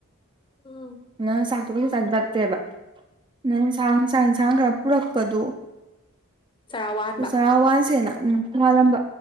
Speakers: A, on the left (about 20°); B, on the right (about 20°).
A: ꯎꯝ
B: ꯅꯪ ꯆꯥꯛ ꯑꯗꯨ ꯀꯩꯁꯨ ꯆꯥꯁꯤꯜꯂꯛꯇ꯭ꯔꯦꯕ ꯅꯪꯟꯁꯥꯡ ꯆꯥꯛ ꯌꯦꯟꯁꯥꯡ ꯈꯔ ꯄꯨꯔꯛꯄꯗꯨ
A: ꯆꯔꯥ ꯋꯥꯟꯕ
B: ꯗꯨ ꯆꯔꯥ ꯋꯥꯟꯁꯦꯅ ꯎꯝ ꯋꯥꯜꯂꯝꯕ